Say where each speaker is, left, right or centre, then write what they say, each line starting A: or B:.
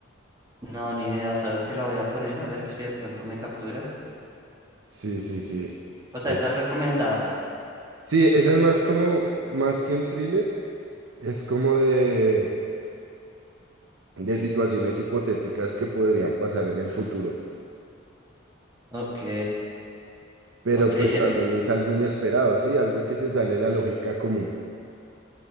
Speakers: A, on the right; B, on the right.
A: No, ni idea. ¿Sabes que la voy a poner? A ver si de pronto me captura.
B: Sí, sí, sí.
A: O sea,
B: es
A: esa
B: ch-
A: es recomendada.
B: Sí, esa es más como, más que un thriller, es como de, de situaciones hipotéticas que podrían pasar en el futuro,
A: Ok,
B: pero
A: ok.
B: pues
A: eh,
B: también es algo inesperado, ¿sí? Algo que se sale de la lógica común.